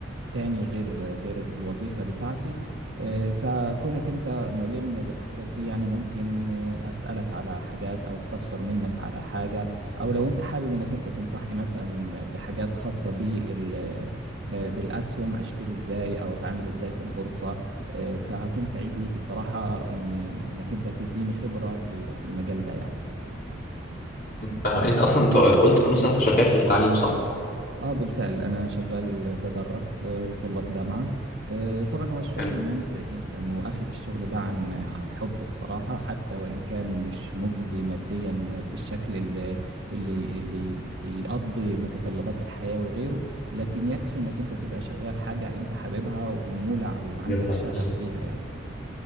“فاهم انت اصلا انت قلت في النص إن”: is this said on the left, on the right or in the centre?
Left